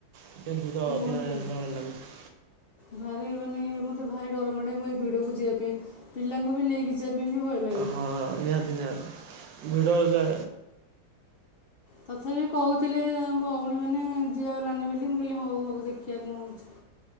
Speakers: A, on the right; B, on the left.
A: ଟିକେ ଭିଡ଼
B: କୁହନ୍ତୁନି
A: ଅଧିକା ହେଲା ଭଳି ଲାଗୁଚି।
B: ଭାରି ମାନେ ଇଏ ମତେ ଭାରି ଡର ମାଡ଼େ ମୁଁ ଏ ଭିଡ଼ କୁ ଯିବା ପାଇଁ ପିଲାଙ୍କୁ ବି ନେଇକି ଜେବେ ବି ଭୟ ଲାଗେ
A: ହଁ ନିହାତି ନିହାତି ଭିଡ଼ ହେଲେ
B: ତଥାପି କହୁଥିଲେ ଭଉଣୀ ମାନେ ଯିବାକି ନାନୀ ବୋଲି ମୁଁ କହିଲି ହଉ ହଉ ଦେଖିବା କଣ ହଉଛି।